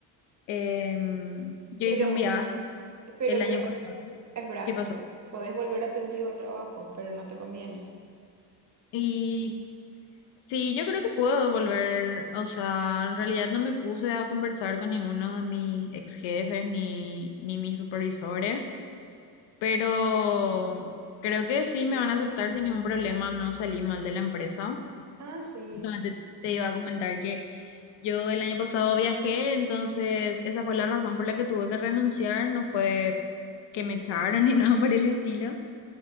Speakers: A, on the left (about 80°); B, on the right (about 40°).
A: Em, yo
B: Pero,
A: hice un viaje
B: pero,
A: el
B: pero,
A: año pasado.
B: es verdad,
A: ¿Qué pasó?
B: podés volver a tu antiguo trabajo, pero no te conviene.
A: Y Sí, yo creo que puedo volver, o sea, en realidad no me puse a conversar con ninguno de mis ex jefes ni, ni mis supervisores, pero creo que sí me van a aceptar sin ningún problema, no salí mal de la empresa.
B: Ah, sí.
A: Justamente te iba a comentar que yo el año pasado viajé, entonces esa fue la razón por la que tuve que renunciar, no fue que me echaron <laughs> ni nada por el estilo.